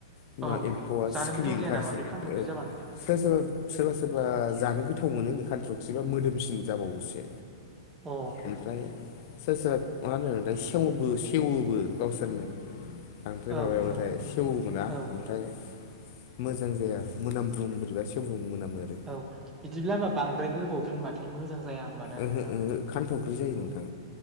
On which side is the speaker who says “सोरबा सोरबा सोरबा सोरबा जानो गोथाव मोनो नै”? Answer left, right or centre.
Left